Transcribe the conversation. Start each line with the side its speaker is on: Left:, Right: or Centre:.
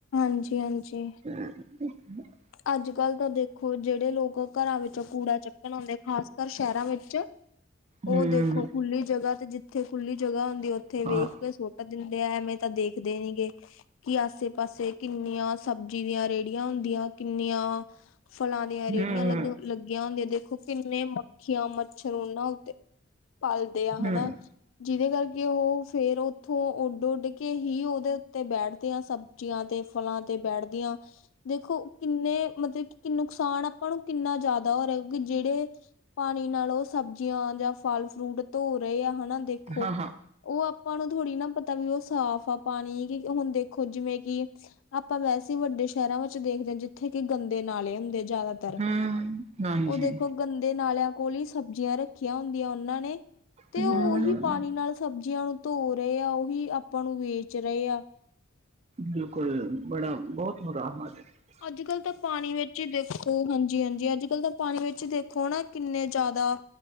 Left: ਹਾਂਜੀ-ਹਾਂਜੀ
Right: <inaudible>
Left: ਅੱਜ ਕੱਲ ਤਾਂ ਦੇਖੋ ਜਿਹੜੇ ਲੋਕ ਘਰਾਂ ਵਿੱਚੋਂ ਕੂੜਾ ਚੱਕਣ ਆਉਂਦੇ ਖਾਸ ਕਰ ਸ਼ਹਿਰਾਂ ਵਿੱਚ ਉਹ
Right: ਹਮ
Left: ਦੇਖੋ ਖੁੱਲੀ ਜਗ੍ਹਾ ਤੇ ਜਿੱਥੇ ਖੁੱਲੀ ਜਗ੍ਹਾ ਹੁੰਦੀ ਉੱਥੇ ਵੇਖ
Right: ਹਾਂ
Left: ਕੇ ਸੁਟ ਦਿੰਦੇ ਆ ਐਵੇਂ ਤਾਂ ਦੇਖਦੇ ਨੀ ਗੇ ਕਿ ਆਸੇ ਪਾਸੇ ਕਿੰਨੀਆਂ ਸਬਜ਼ੀ ਦੀਆਂ ਰੇਹੜੀਆਂ ਹੁੰਦੀਆਂ ਕਿੰਨੀਆਂ ਫਲਾਂ ਦੀਆਂ ਰੇਹੜੀਆਂ
Right: ਹਮ
Left: ਲੱਗ ਲੱਗੀਆਂ ਹੁੰਦੀਆਂ ਤੇ ਦੇਖੋ ਕਿੰਨੇ ਮੱਖੀਆਂ, ਮੱਛਰ ਉਹਨਾਂ ਉਤੇ ਪਲਦੇ ਆ ਹਨਾ
Right: ਹਮ
Left: ਜਿਹਦੇ ਕਰਕੇ ਉਹ ਫੇਰ ਉੱਥੋਂ ਉੱਡ ਉੱਡ ਕੇ ਹੀ ਉਹਦੇ ਉੱਤੇ ਬੈਠਦੇਆਂ ਸਬਜ਼ੀਆਂ ਤੇ ਫਲਾਂ ਤੇ ਬੈਠਦੀਆਂ ਦੇਖੋ ਕਿੰਨੇ ਮਤਲਬ ਕਿ ਨੁਕਸਾਨ ਆਪਾਂ ਨੂੰ ਕਿੰਨਾ ਜ਼ਿਆਦਾ ਹੋ ਰਿਹਾ ਕਿਉਂਕਿ ਜਿਹੜੇ ਪਾਣੀ ਨਾਲ ਉਹ ਸਬਜ਼ੀਆਂ ਜਾਂ ਫਲ ਫਰੂਟ ਧੋ ਰਹੇ ਆ ਹਨਾ ਦੇਖੋ
Right: ਹਾਂ ਹਾਂ
Left: ਉਹ ਆਪਾਂ ਨੂੰ ਥੋੜੀ ਨਾ ਪਤਾ ਵੀ ਉਹ ਸਾਫ਼ ਆ ਪਾਣੀ ਕਿ ਹੁਣ ਦੇਖੋ ਦੇਖੋ ਜਿਵੇਂ ਕਿ ਆਪਾਂ ਵੈਸੇ ਵੱਡੇ ਸ਼ਹਿਰਾਂ ਵਿੱਚ ਦੇਖਦੇ ਆ ਜਿੱਥੇ ਕਿ ਗੰਦੇ ਨਾਲੇ ਹੁੰਦੇ ਜ਼ਿਆਦਾ ਤਰ
Right: ਹਮ ਹਾਂਜੀ
Left: ਉਹ ਦੇਖੋ ਗੰਦੇ ਨਾਲਿਆਂ ਕੋਲ ਹੀ ਸਬਜ਼ੀਆਂ ਰੱਖੀਆਂ ਹੁੰਦੀਆਂ ਉਹਨਾਂ ਨੇ ਤੇ
Right: ਹਮ
Left: ਉਹੀ ਪਾਣੀ ਨਾਲ ਸਬਜ਼ੀਆਂ ਨੂੰ ਧੋ ਰਹੇ ਆ ਉਹੀ ਆਪਾਂ ਨੂੰ ਵੇਚ ਰਹੇ ਆ
Right: ਬਿਲਕੁਲ ਬੜਾ ਬਹੁਤ ਹ <unintelligible>
Left: ਅੱਜ -ਕੱਲ ਤਾਂ ਪਾਣੀ ਵਿੱਚ ਦੇਖੋ ਹਾਂਜੀ, ਹਾਂਜੀ ਅੱਜ ਕੱਲ੍ਹ ਤਾਂ ਪਾਣੀ ਵਿੱਚ ਦੇਖੋ ਨਾ ਕਿੰਨੇ ਜ਼ਿਆਦਾ